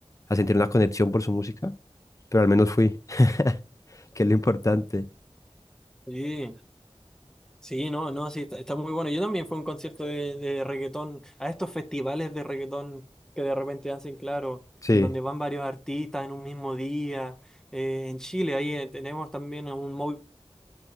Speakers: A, on the left; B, in the centre.
A: a sentir una conexión por su música, pero al menos fui, <laughs> que es lo importante.
B: Sí, sí, no, no, sí, está, está muy bueno. Yo también fui a un concierto de, de reggaetón, a estos festivales de reggaetón que de repente hacen, claro,
A: Sí,
B: en donde van varios artistas en un mismo día. Eh, en Chile, ahí eh, tenemos también a un móvil